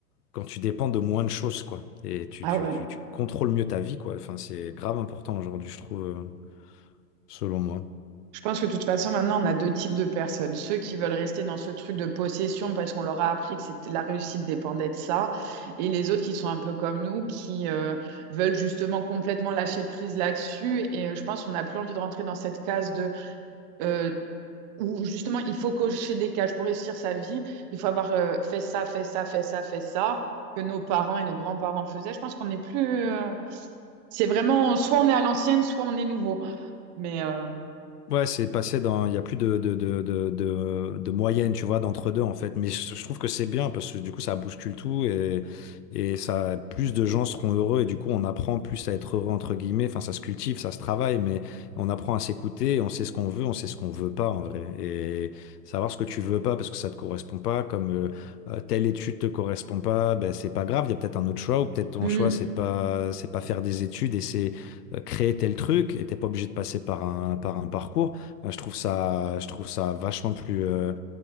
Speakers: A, on the left; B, on the right.
A: quand tu dépends de moins de choses, quoi. Et tu,
B: Ah
A: tu,
B: ouais.
A: tu, tu contrôles mieux ta vie, quoi. Enfin, c'est grave important aujourd'hui, je trouve, euh, selon moi.
B: Je pense que de toute façon, maintenant, on a deux types de personnes. Ceux qui veulent rester dans ce truc de possession parce qu'on leur a appris que c'était- la réussite dépendait de ça. Et les autres qui sont un peu comme nous, qui euh, veulent justement complètement lâcher prise là-dessus. Et euh, je pense qu'on n'a plus envie de rentrer dans cette case de euh, où justement il faut cocher des cases pour réussir sa vie, il faut avoir euh, fait ça, fait ça, fait ça, fait ça, que nos parents et nos grands-parents faisaient. Je pense qu'on n'est plus. euh, C'est vraiment soit on est à l'ancienne, soit on est nouveau. Mais euh,
A: Ouais, c'est passé dans. Il n'y a plus de, de, de, de, de, de moyenne, tu vois, d'entre deux, en fait. Mais je, je trouve que c'est bien parce que du coup, ça bouscule tout et, et ça, plus de gens seront heureux et du coup, on apprend plus à être heureux, entre guillemets. Enfin, ça se cultive, ça se travaille, mais on apprend à s'écouter et on sait ce qu'on veut, on sait ce qu'on veut pas, en vrai. Et savoir ce que tu veux pas parce que ça te correspond pas, comme euh, euh, telle étude te correspond pas, ben, c'est pas grave. Il y a peut-être un autre choix ou peut-être ton
B: hmm,
A: choix, c'est pas, c'est pas faire des études et c'est euh, créer tel truc et t'es pas obligé de passer par un, par un parcours. Euh, je trouve ça, je trouve ça vachement plus euh,